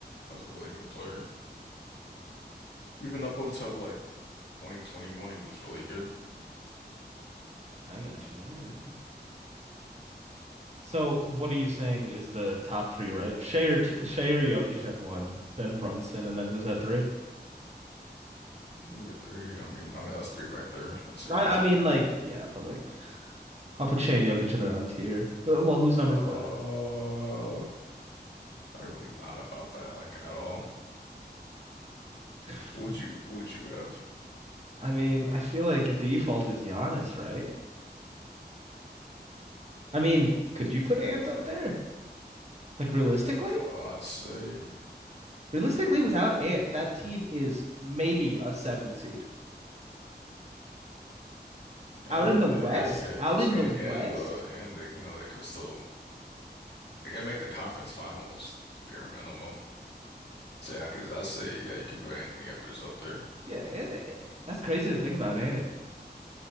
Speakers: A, on the left; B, on the right.
A: was a really good player. Even up until like 2021, he was really good.
B: I got you. I got you. So what are you saying is the top three, right? Shea or, t Shea or Jokic at one, then Brunson, and then who's at three?
A: Number three. I mean, I mean that's three right there. That's three
B: I,
A: guys
B: I mean,
A: right there.
B: like, yeah, but like, I'll put Shea and Jokic in their own tier. Uh, Well, who's
A: Uh,
B: number four then?
A: I haven't really thought about that like at all.
B: <laughs>
A: Who would you who would you have?
B: I mean, I feel like default is Giannis, right? I mean, could you put Ant up there? Like realistically?
A: Uh, I'd say
B: Realistically, without Ant, that team is maybe a seven seed.
A: yeah,
B: Out in the
A: yeah,
B: West?
A: yeah, yeah.
B: Out
A: 'cause-
B: in
A: and
B: the West?
A: and uh and the, you know they could still they can make the conference finals bare minimum. Say I could I say yeah you could put Anthony Edwards up there.
B: Yeah, Ant- yeah. That's crazy to think about, ain't it?